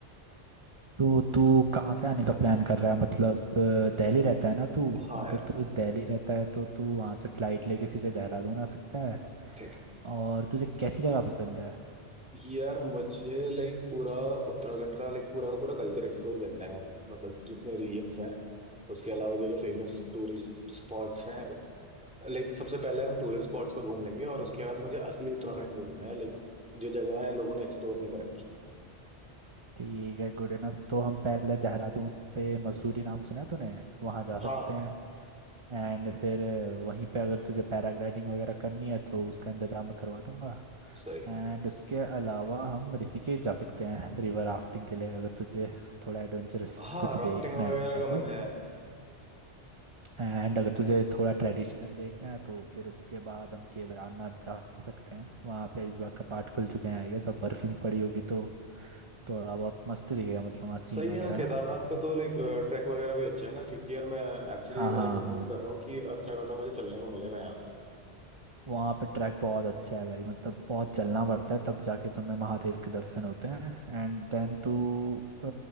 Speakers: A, on the right (about 30°); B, in the centre.
A: तो तू कहाँ से आने का प्लान कर रहा है मतलब अ, दिल्ली रहता है ना तू
B: हाँ
A: अगर
B: यार
A: तू दिल्ली रहता है तो तू वहाँ से फ्लाइट लेके सीधे देहरादून आ सकता है
B: ठीक
A: और तुझे कैसी जगह पसंद है
B: है। यार मुझे लाइक पूरा उत्तराखंड का लाइक पूरा का पूरा कल्चर एक्सप्लोर करना है मतलब जितने रीजन्स हैं उसके अलावा जो जो फेमस टूरिस्ट स्पॉट्स हैं लाइक सबसे पहले हम टूरिस्ट स्पॉट्स पर घूम लेंगे और उसके बाद मुझे असली उत्तराखंड घूमना है लाइक जो जगह है लोगों ने एक्सप्लोर नहीं कर रखी है
A: ठीक है गुड इनफ तो हम पहले देहरादून पे मसूरी नाम सुना है तूने वहाँ जा सकते
B: हाँ
A: हैं एंड फिर अ, वहीं पे अगर तुझे पैराग्लाइडिंग वगैरह करनी है तो उसका इंतजाम मैं करवा दूंगा
B: सही
A: एंड उसके अलावा हम ऋषिकेश जा सकते हैं रिवर राफ्टिंग के लिए अगर तुझे थोड़ा एडवेंचरस
B: हाँ
A: कुछ देखना
B: राफ्टिंग वगैरह
A: है
B: का
A: तो।
B: मन है
A: एंड अगर तुझे थोड़ा ट्रेडिशनल देखना है तो फिर उसके बाद हम केदारनाथ जा सकते हैं वहाँ पे इस बार का पार्ट खुल चुके हैं आई गेस अब बर्फ भी पड़ी होगी तो थोड़ा बहुत मस्त दिखेगा मतलब वहाँ
B: सही
A: सीन वगैरह
B: है हाँ, केदारनाथ
A: ना
B: का तो लाइक ट्रैक वगैरह भी अच्छा है ना क्योंकि यार मैं एक्चुअली
A: हाँ हाँ
B: लाइक उम्मीद
A: हाँ
B: कर रहा हूँ कि अच्छा खासा मुझे चलने को मिलेगा यहाँ
A: वहाँ पे ट्रैक बहुत अच्छा है भाई मतलब बहुत चलना पड़ता है तब जाके तुम्हें महादेव के दर्शन होते हैं एंड देन तू अ,